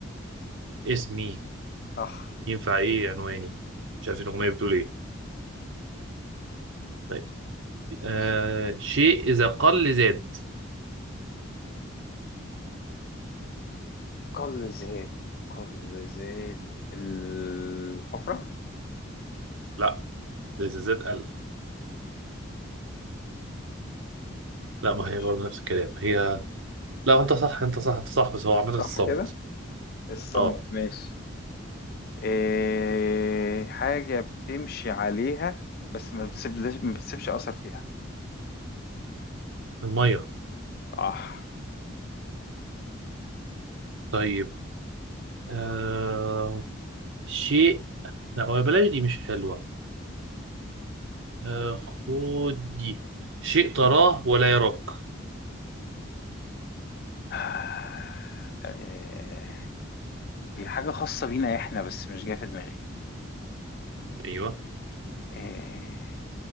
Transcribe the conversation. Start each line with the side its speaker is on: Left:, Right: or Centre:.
Right: اسمي
Left: صح
Right: ينفع ايه عنواني مش عارف الاغنيه بتقول ايه طيب
Left: ماشي
Right: آه شيء اذا قل زاد
Left: قل زيت قل زيت الحفرة
Right: لا ده زيزات قال لا ما
Left: ماشي
Right: هي برضه نفس الكلام هي لا انت صح انت صح انت صح بس هو عامه الصمت
Left: صح كده الصمت
Right: اه
Left: ماشي إيه حاجة بتمشي عليها بس ما بتسيبلش ما بتسيبش أثر فيها
Right: المية
Left: صح
Right: طيب آه شيء لا هو بلاش دي مش حلوة آه، خدود دي شيء تراه ولا يراك
Left: <sighs> إيه هي حاجة خاصة بينا إحنا بس مش جاية في دماغي
Right: ايوه
Left: إيه